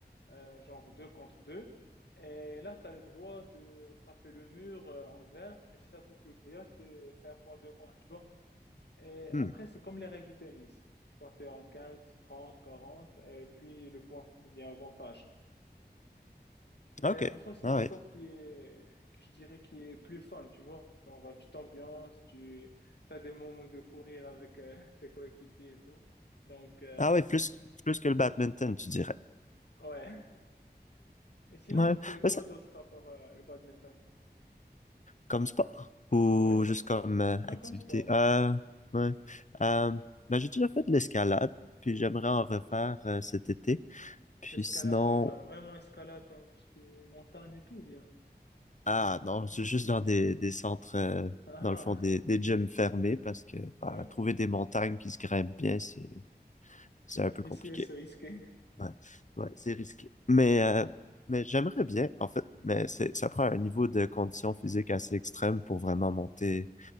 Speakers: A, on the left (about 80°); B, on the left (about 45°).
A: euh, genre 2 contre 2. Et là, tu as le droit de frapper le mur euh, en vert, mais si ça touche le grillage, t'es- c'est un point de moins, tu vois. Et après,
B: Hmm,
A: c'est comme les règles du tennis. Partez en 15, 30, 40, et puis le point, il y a avantage. Mais
B: ok.
A: en soi, c'est
B: Ah,
A: un sport
B: ouais.
A: qui est, que je dirais, qui est plus fun, tu vois. Genre, euh, tu t'ambiances, tu as des moments de fou rire avec euh, <laughs> tes coéquipiers et tout. Donc, euh,
B: Ah, ouais, plus, plus que le badminton, tu dirais.
A: ouais. Et sinon,
B: Ouais,
A: tu fais quoi
B: Ouais, ça,
A: d'autre à part euh, le badminton?
B: comme sport ou
A: Ouais, comme
B: juste
A: sport.
B: comme euh,
A: Non,
B: activité.
A: comme sport.
B: Euh, ouais. Euh, ben, j'ai déjà fait de l'escalade, puis j'aimerais en refaire euh, cet été. Puis
A: L'escalade,
B: sinon,
A: genre, euh, vraiment escalade dans tout ce qui est montagne et tout, ou bien.
B: ah non, c'est juste dans des, des centres, euh,
A: Ah,
B: dans le fond, des, des gyms fermés parce que bah,
A: ah. ouais.
B: trouver des montagnes qui se grimpent bien, c'est,
A: C'est
B: c'est
A: difficile,
B: un peu compliqué.
A: c'est risqué.
B: Ouais, ouais, c'est risqué. Mais, euh, mais j'aimerais bien, en fait, mais c'est, ça prend un niveau de condition physique assez extrême pour vraiment monter